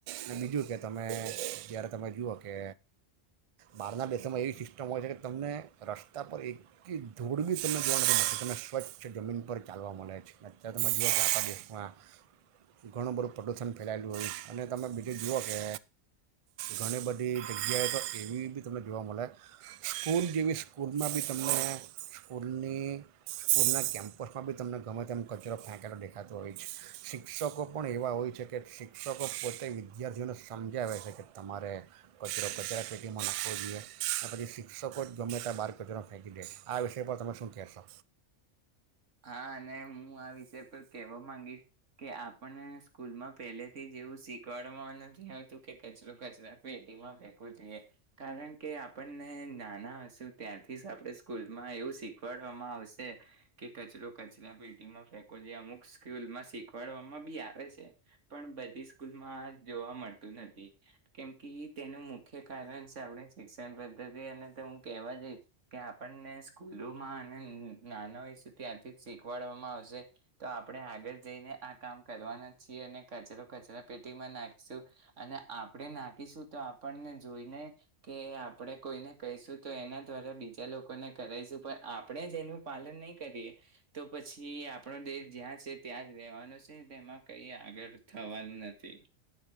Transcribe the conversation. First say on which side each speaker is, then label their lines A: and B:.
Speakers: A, on the right (about 60°); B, on the right (about 80°).
A: અને બીજું કે તમે જ્યારે તમે જુઓ કે બહારના દેશોમાં એવી સિસ્ટમ હોય છે કે. તમને રસ્તા પર એકલી ધૂળ બી તમને જોવા નથી મળતી તમને સ્વચ્છ જમીન પર ચાલવા મળે છે અત્યારે તમે જુઓ કે આપખણા દેશમાં ઘણું બધું પ્રદૂષણ ફેલાયેલું હોય અને તમે બીજું જુઓ કે ઘણી બધી જગ્યાએ તો એવી બી તમને જોવા મળે. સ્કૂલ જેવી સ્કૂલમાં બી તમને સ્કૂલની સ્કૂલના કેમ્પસમાં બી તમને ગમે તેમમ કચરો ફેંકેલો દેખાતો હોય છે શિક્ષકો પણ એવા હોય છે કે શિક્ષકો પોતે વિદ્યાર્થીઓને સમજાવે છે કે તમારે કચરો કચરા ચેટીમાં નાખવો જોઈએ અને પછી શ. સકો જ ગમે ત બાર કચરો ફેંકી દે આ વિષય પર તમે શું કહેશો..
B: હા અને હું આ વિષ પર કેહેવા માંગીશ કે આપણને સ્કૂલમાં પહેલેથી જ એવું શીખવાડવામાં નથી આવતું કે કચરો કચરા પેટીમાં ફેકવું જોઈએ કારણ કે આપણને નાના હશેુ ત્યાંથી જ આપણે સ્કૂલમાં એવું શીખવાડવામાં આવશે. કે કચરો કચરા પેટીમાં ફેકો જેઈ અમુક સ્કૂલમાં શીખવાડવામાં બી આવે છે પણ બધી સ્કૂલમાં આ જોવા મળતું નથી કેમ કે તેનું મુખ્ય કારણ છે આપણે શિક્ષણ પદ્ધતિ અને તો હું કહેવા જઈશ કે આપણને સ્કૂલોમાં અને નાનાય. ત્યાંથી જ શીખવાડવામાં આવશે તો આપણે આગળ જઈને આ કામ કરવાના છીએ અને કચરો કચરા પેટીમાં નાખીશું અને આપણે નાખીશું તો આપણને જોઈને કે આપણે કોઈને કહીશું તો એના દ્વારા બીજા લોકોને કરાવશું પણ આપણે જ એનું પાલન નહી. કરીએ તો પછી આપણો દેશ જ્યાં છે ત્યાં જ રેવાનો છે તેમાં કઈ આગળ થવાનું નથી.